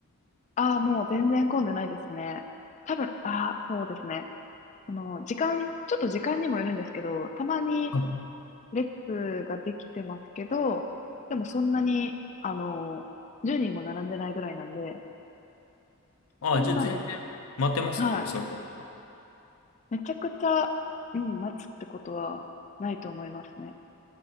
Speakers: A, on the left; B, on the left.
A: ああ、もう全然混んでないですね。多分、ああ、そうですね。あの、時間、ちょっと時間にもよるんですけど、たまに
B: はい
A: 列ができてますけど、でもそんなに、あの、10人も並んでないぐらいなんで、
B: あ、
A: そんな、
B: じゃあ全然待てますもんね、
A: はい。
B: それだったら。
A: めちゃくちゃ、うん、待つってことはないと思いますね。